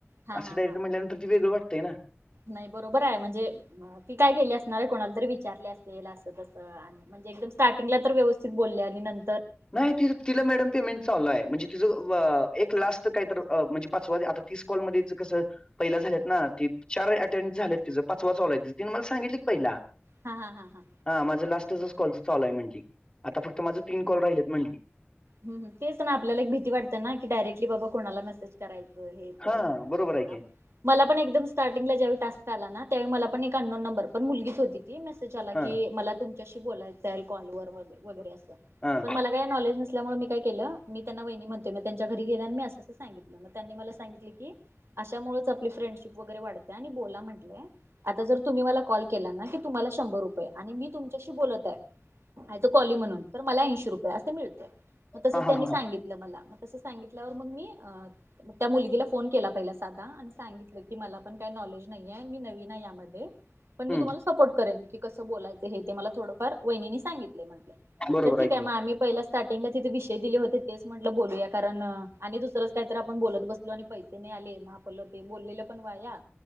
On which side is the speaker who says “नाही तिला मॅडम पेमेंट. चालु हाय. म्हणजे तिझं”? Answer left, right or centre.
Left